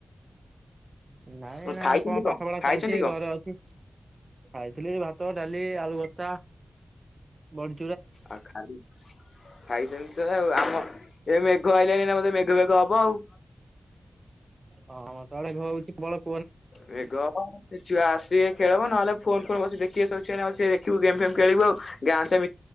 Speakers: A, on the right; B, on the left.
A: ନାଇଁ ଏଇନା
B: ଉଁ, ଖାଇଛନ୍ତି
A: କଣ ପାଠ ପଢା
B: ଖାଇଛନ୍ତି
A: ଚାଲିଛି
B: କଣ?
A: ଘରେ ଅଛି ଖାଇଥିଲି ଭାତ ଭାତ, ଡାଲି, ଆଳୁ ଭର୍ତା, ବଡି
B: ଆଉ ଖାଲି ଖାଇଛନ୍ତି ତ ଆ ଆମ ଏ ମେଘ ଆଇଲାଣି ନା ମତେ ମେ କେବେ କ ହବ ଆଉ।
A: ହଁ ମତ ଆଡେ ହଉଛି କେବଳ
B: ମେଘ ହବ ଏ ଛୁଆ ଆସିବେ ଖେଳ ହବ ନହେଲେ ଫୋନ ଫୁ ବସି ଦେଖିବେ ସବୁ ଛୁଆ। ଖିବୁ ଗେମ୍ ଫେମ ଖେଳିବୁ ଆଉ ଗାଁଟା